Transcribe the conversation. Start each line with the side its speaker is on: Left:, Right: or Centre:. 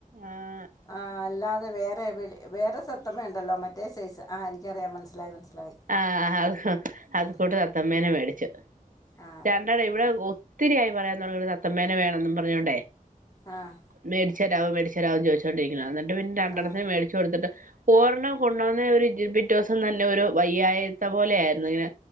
Right: ആഹ്
Left: ആ അല്ലാതെ വേറെ വിൽ വേറെ തത്തമ ഉണ്ടല്ലോ മറ്റേ സൈസ് ആ എനിക്കറിയാൻ മനസ്സിലായി മനസ്സിലായി
Right: ആഹ അത് അത
Left: ആ
Right: കൂട്ട തത്തമ്മേനെ മേടിച്ചു
Left: ആ
Right: രണ്ടെണ്ണം ഇവിടെ ഒത്തിരിയായി പറയാൻ പറഞ്ഞ തത്തമേനെ വേണം എന്നും പറഞ്ഞോണ്ടേ
Left: ആഹ്
Right: മേടിച്ചരാവും മേടിച്ചതാവും ചോദിച്ചുകൊണ്ടിരിക്കണം എന്നിട്ട് പിന്നെ രണ്ടെണ്ത്തിന്
Left: ആ
Right: മേടിച്ചച്ച് കൊടുത്തിട്ട് ഓർണ് കൊണ്ടോന്ന ഒരു ബിറ്റിവസം തന്നെ ഒരു വയ്യായത്ത പോലെ ആയിരുന്നു ഇങ്ങനെ